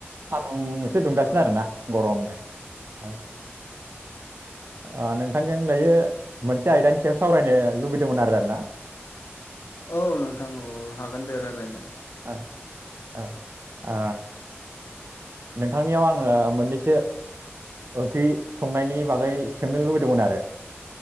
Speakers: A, on the right (about 65°); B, on the left (about 70°).
A: <unintelligible> दुंगासिनो
B: औ
A: आरोना गरमनो। औ। ओ नोंथांजों दायो मोनसे आयदानि सायाव सावरायनो लुबैदोंमोन आरो आरोना।
B: औ नोंथां औ हागोन दे रायज्लायनो।
A: औ औ आ। नोंथांनियाव आङो मोननैसो ओंख्रि संनायनि बागै सोंनो लुबैदोंमोन आरो।